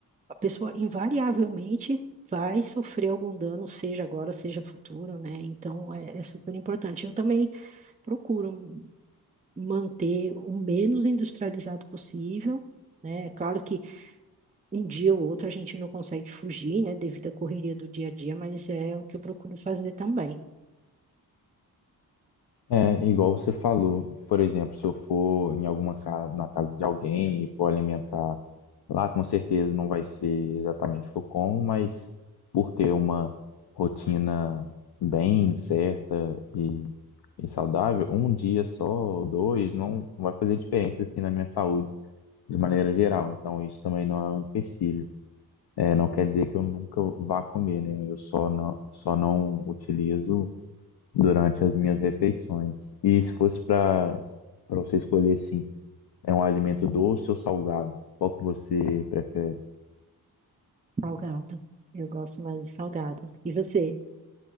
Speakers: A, on the right (about 20°); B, on the left (about 85°).
A: a pessoa invariavelmente vai sofrer algum dano, seja agora, seja futuro, né? Então é, é super importante. Eu também procuro manter o menos industrializado possível. Né? É Claro que um dia ou outro a gente não consegue fugir, né, devido à correria do dia a dia, mas é o que eu procuro fazer também.
B: É, igual você falou, por exemplo, se eu for em alguma casa, na casa de alguém e for alimentar lá, com certeza não vai ser exatamente o que eu como, mas por ter uma rotina bem certa e, e saudável, um dia só, ou dois, não vai fazer diferença assim na minha saúde. de maneira geral, então isso também não é um empecilho. É, não quer dizer que eu nunca vá comer, né? Eu só não, só não utilizo durante as minhas refeições. E se fosse para para você escolher, sim, é um alimento doce ou salgado? Qual que você prefere?
A: Salgado. Eu gosto mais de salgado. E você?